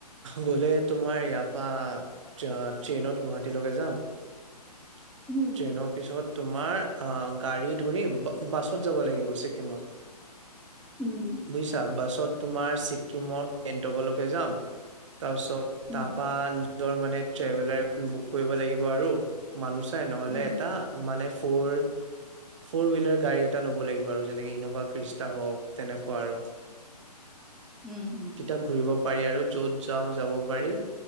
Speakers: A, on the right; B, in the centre.
A: গ'লে তোমাৰ ইয়াৰ পা ট্ৰেইনত গুৱাহাটীলৈকে যাম। <inaudible>
B: উম।
A: ট্ৰেইনৰ পিছত তোমাৰ গাড়ী ধৰিম বাছত যাব লাগিব ছিকিমত।
B: উম।
A: বুজিছা বাছত তোমাৰ ছিক্কিমৰ গেংটকৰলৈকে যাম তাৰপিছত
B: উম,
A: তাৰপা নিজৰ মানে ট্ৰেভেলাৰ এখন বুক কৰিব লাগিব আৰু। মানু চাই নহ'লে
B: উম,
A: এটা মানে ফ'ৰ ফ'ৰ হুইলাৰ গাড়ী এটা ল'ব লাগিব আৰু যেনেকে ইন'ভা ক্ৰিষ্টা হ'ওক তেনেকুৱা আৰু। তেতয়া
B: উম, উম।
A: ঘুৰিব পাৰি আৰু য'ত যাওঁ যাব পাৰি।